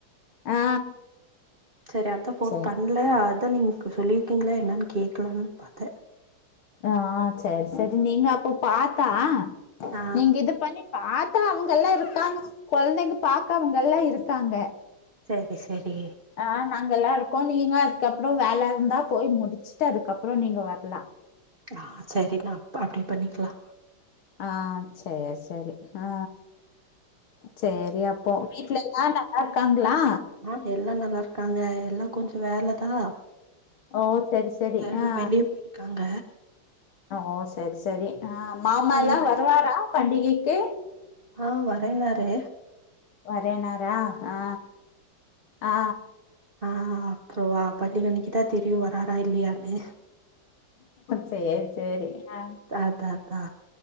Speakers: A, on the left; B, on the right.
A: ஆ
B: சரி அடுத்த ஃபோன்
A: சரி
B: பண் இல்ல அதா நீங்க இப்போ சொல்லியிருக்கீங்களா என்னன்னு கேக்கலான்னு பாத்தே
A: ஆ ஆ சேரி சேரி நீங்க அப்போ பாத்தா
B: ஆ
A: நீங்க இத பண்ணி பாத்தா அவங்க எல்லா இருக்காங்க கொழந்தைங்க பாக்க அவங்க எல்லா இருக்காங்க
B: சரி சரி
A: ஆ நாங்க எல்லா இருக்கோ நீங்க அதுக்கப்புறோ வேல இருந்தா போய் முடிச்சுட்டு அதுக்கப்புறோ நீங்க வர்லா
B: ஆ சரிமா அப்டி பண்ணிக்கலா
A: ஆ சேரி சேரி ஆ சேரி அப்போ வீட்ல ஆ நல்லா இருக்காங்களா
B: ஆ எல்லா நல்லா இருக்காங்க எல்லா கொஞ்ச வேலதா
A: ஓ சரி சரி
B: எல்லா
A: ஆ
B: வெளிய போயிருக்காங்க
A: ஓ சரி சரி ஆ மாமல்லா
B: சேரிண்ணா
A: வருவாரா பண்டிகைக்கு
B: ஆ வரேனாரு
A: வரேனாரா ஆ ஆ
B: ஆ அப்றோவா பண்டிக்க அன்னிக்கு தா தெரியு வராரா இல்லயானு
A: சேரி சேரி ஆ
B: அதா அதா